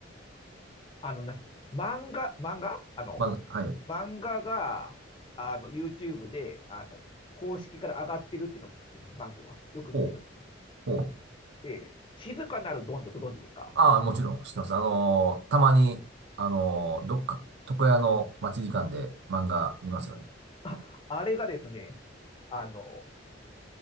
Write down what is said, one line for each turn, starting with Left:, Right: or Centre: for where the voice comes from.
Left: あの、なんすか漫画、漫画あの、
Right: まあ、はい。
Left: 漫画が、あの、YouTube で、あの、公式から上がってるっていうのも好きですね、まずは。よく見てるのが。
Right: ほう、ほう。
Left: で、静かなるドンってご存知ですか
Right: ああ、もちろん知ってます。あの、たまに、あの、どっか、床屋の待ち時間で漫画見ますよね。
Left: あ、あれがですね、あの、